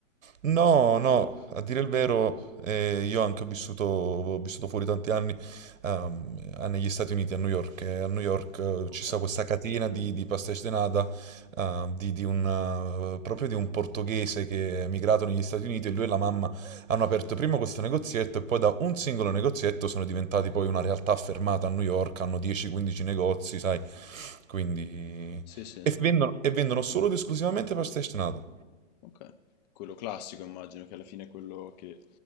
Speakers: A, on the right (about 90°); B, on the left (about 35°).
A: No, no, a dire il vero, eh, io anche ho vissuto, ho vissuto fuori tanti anni ehm, a- negli Stati Uniti, a New York. e a New York eh,
B: Ok.
A: ci sta questa catena di, di pastéis de nata, eh, di- di un, eh, proprio di un portoghese che è emigrato negli Stati Uniti e lui e la mamma hanno aperto prima questo negozietto e poi da un singolo negozietto sono diventati poi una realtà affermata a New York, hanno 10-15 negozi, sai, quindi...
B: Sì, sì.
A: E vendono, e vendono solo ed esclusivamente pastéis de nata.
B: Ok. Quello classico immagino che alla fine è quello che